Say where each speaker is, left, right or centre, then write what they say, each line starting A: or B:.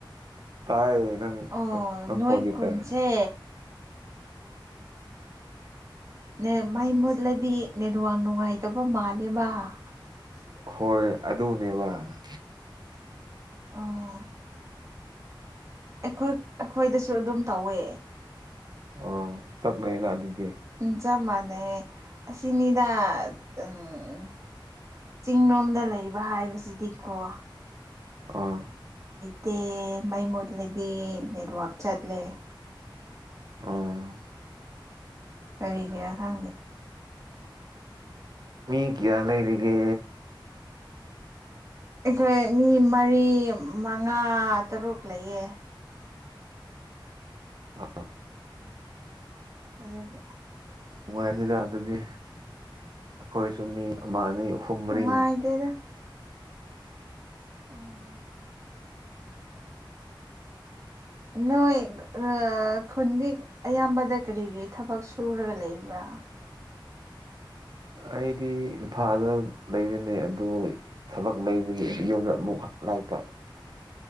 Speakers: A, on the right (about 55°); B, on the right (about 35°).
A: ꯇꯥꯏ ꯪ
B: ꯑꯣ ꯅꯣꯏ
A: ꯈꯣꯗꯇꯥꯦ
B: ꯈꯨꯟꯁꯦ ꯅ ꯃꯥꯏ ꯃꯨꯠꯂꯗꯤ ꯅꯦꯋꯥꯡ ꯅꯨꯡꯉꯥꯏꯇꯕ ꯃꯥꯜꯂꯦꯕ ꯁꯤ ꯁ
A: ꯍꯣꯏ ꯑꯗꯨꯅꯦꯕ
B: ꯑꯥ ꯑꯩꯈꯣꯏ ꯑꯩꯈꯣꯏꯗꯁꯨ ꯑꯗꯨꯝ ꯇꯧꯋꯦ
A: ꯑ ꯆꯞꯅꯩꯅ ꯑꯗꯨꯗꯤ
B: ꯆ ꯃꯅꯦ ꯑꯁꯤ ꯑꯁꯤꯅꯤꯗꯥ ꯎꯝ ꯆꯤꯡꯂꯣꯝꯗ ꯂꯩꯕ ꯍꯥꯏꯕꯁꯤꯗꯤꯀꯣ
A: ꯑꯥ
B: ꯇꯦ ꯃꯩ ꯃꯣꯠꯂꯗꯤ ꯅꯦꯠꯋꯥꯛ ꯆꯠꯂꯦ
A: ꯑꯥ
B: ꯀꯔꯤ ꯀꯌꯥ ꯈꯪꯗꯦ
A: ꯃꯤ ꯀ꯭ꯌꯥ ꯂꯩꯒ
B: ꯑꯩꯈꯣꯏ ꯃꯤ ꯃꯔꯤ ꯃꯉꯥ ꯇꯔꯨꯛ ꯂꯩꯌꯦ
A: ꯑ
B: ꯑꯗꯨꯗꯒꯤꯦ
A: ꯅꯨꯡꯉꯥꯏꯅꯤꯗ ꯑꯗꯨꯗꯤ ꯑꯩꯈꯣꯏꯁꯨ ꯃꯤ ꯑꯃ ꯑꯅꯤ ꯑꯍꯨꯝ ꯃꯔꯤ
B: ꯎ ꯏꯗꯦꯗ ꯑ <unintelligible> <inaudible> ꯅꯣꯏꯣꯏ ꯑ ꯈꯨꯟꯗꯤ ꯑꯌꯥꯝꯕꯗ ꯀꯔꯤ ꯀꯔꯤ ꯊꯕꯛ ꯁꯨꯔꯒ ꯂꯩꯕ꯭ꯔꯥ
A: ꯑꯩꯗꯤ ꯏꯝꯐꯥꯜꯗ ꯂꯩꯕꯅꯦ ꯑꯗꯨ ꯊꯕꯛ ꯂꯩꯕꯒꯤ ꯌꯨꯝꯗ ꯑꯃꯨꯛ ꯂꯥꯛꯄ